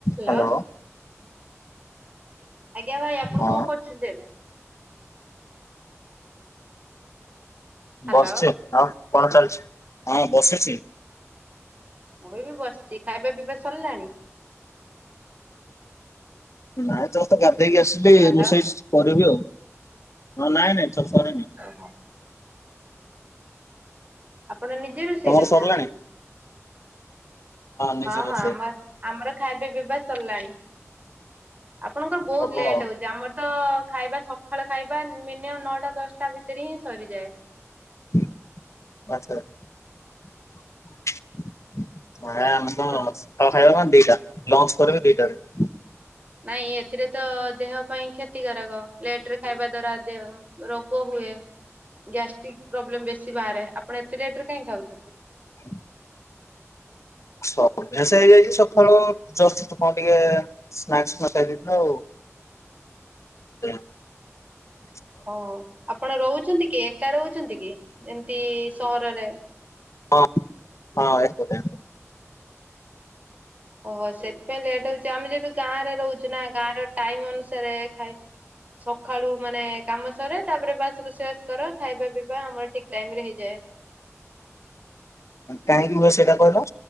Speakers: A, on the right; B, on the left.
A: ହାଲ।
B: ହ୍ୟାଲୋ
A: ଆଜ୍ଞା ଭାଇ ଆପଣ
B: ହଁ
A: କଣ କରୁଛନ୍ତି ଏବେ? ହ୍ୟାଲୋ
B: ବସଚି। ଆଉ କଣ ଚାଲିଛି, ହଁ ବସିଛି।
A: ମୁଁ ବି ବସିଛି ଖାଇବା ପିଇବା ସରିଲାଣି?
B: ନାଇଁ ଯଷ୍ଟ ତ ଗାଧେଇକି ଆସିଲି
A: ହ୍ୟାଲୋ
B: ରୋଷେଇ କରିବି ଆଉ ହ ନାଇଁ ନାଇଁ ସରିନି।
A: ଓହୋ। ଆପଣ ନିଜେ ରୋଷେଇ
B: ତମର
A: କରି
B: ସରିଲାଣି
A: ଖାନ୍ତି?
B: ନିଜେ
A: ହଁ ହଁ
B: ରୋଷେଇ
A: ଆମ ଆମର ଖାଇବା ପିଇବା ସରିଲାଣି। ଆପଣଙ୍କର ବହୁତ
B: ହବ
A: ଲେଟ୍
B: ଆଉ।
A: ହଉଛି, ଆମର ତ ଖାଇବା ସକାଳ ଖାଇବା ମିନିମମ୍ ନଅଟା ଦଶଟା ଭିତରେ ହିଁ ସରିଯାଏ।
B: ଆଛା। ହଁ ସଖାଳ ଖାଇବା କ ଦିଟା
A: ଆପଣ
B: ଲଞ୍ଚ କରିବି ଦିଟାରେ।
A: ନାଇଁ ଏଥିରେ ତ ଦେହ ପାଇଁ କ୍ଷତିକାରକ ଲେଟରେ ଖାଇବା ଦ୍ଵାରା ଦେହ ରୋଗ ହୁଏ ଗ୍ୟାଷ୍ଟ୍ରିକ ପ୍ରୋବ୍ଲେମ ବେଶୀ ବାହାରେ ଆପଣ ଏତେ ଲେଟ ରେ କାହିଁ ଖାଉଛନ୍ତି।
B: <inaudible> ସ ଅଭ୍ୟାସ ହେଇଯାଇଛି ସକାଳୁ ଜଷ୍ଟ କ ଟିକେ ଶ୍ନାକଶ୍ ଖାଇ ଦେଇ ଥାଉ <unintelligible>
A: ହଁ ଆପଣ ରହୁଛନ୍ତି କି ଏକା ରହୁଛନ୍ତି କି ଏମିତି ସହରରେ?
B: ହଁ ହଁ ଏକୁଟିଆ।
A: ଓହୋ ସେଥିପାଇଁ ଲେଟ୍ ହଉଛି ଆମେ ଯେ ତୁ ଗାଁରେ ରହୁଛୁ ନା ଗାଁ ର ଟାଇମ ଅନୁସାରେ ଖାଇ ସକାଳୁ ମାନେ କାମ ସରେ ତାପରେ ବାସ୍ ରୋଷେଇ ବାସ କର ଖାଇବା ପିଇବା ଆମର ଠିକ ଟାଇମ ରେ ହେଇଯାଏ
B: କାହିଁକି ହୁଏ ସେଇଟା କହିଲ